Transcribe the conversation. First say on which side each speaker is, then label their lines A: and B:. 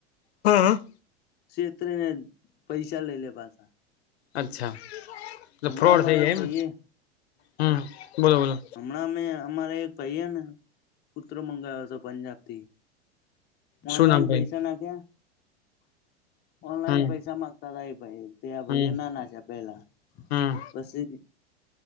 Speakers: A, on the left; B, on the left.
A: હ અ.
B: ક્ષેત્રે ને પૈસા લઈ લે પાછા.
A: અચ્છા
B: હમણાં
A: અ ફ્રોડ
B: અમારે
A: થઈ જાય
B: એક
A: એમ
B: ભાઈએ
A: હમ બોલો બોલો
B: હમણાં મેં અમારા એક ભાઈ હે ને કૂતરો મંગાયો તો પંજાબથી ઓનલાઈન
A: શું નામ ભાઈ
B: પૈસા નાખ્યા ઓનલાઈન
A: હમ
B: પૈસા મામાંગતા હતાાય ભાઈ તે
A: હમ
B: એ ના નાખ્યા પેલા
A: હમ
B: બસી